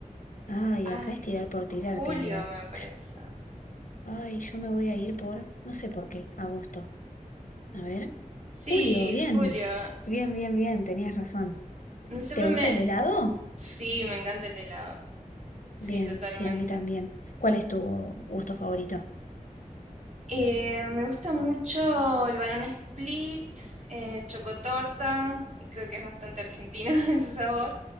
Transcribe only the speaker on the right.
Ay,
julio
me parece.
Sí,
julio.
No siempre
me...
Sí, me encanta el helado. Sí,
totalmente.
Eh, me gusta mucho el banana split, eh, chocotorta. Creo que es bastante argentino <laughs> ese sabor.